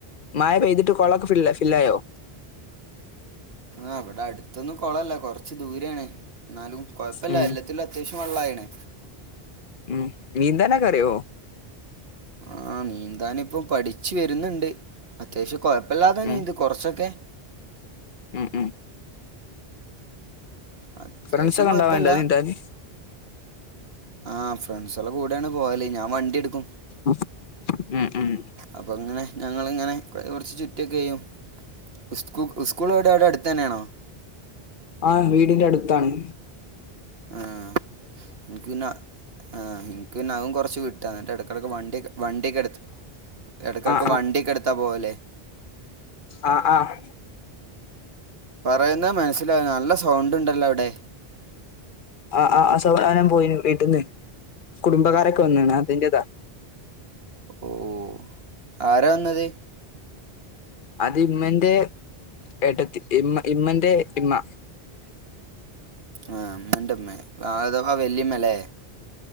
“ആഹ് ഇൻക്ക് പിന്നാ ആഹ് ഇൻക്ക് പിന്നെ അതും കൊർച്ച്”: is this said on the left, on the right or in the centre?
Right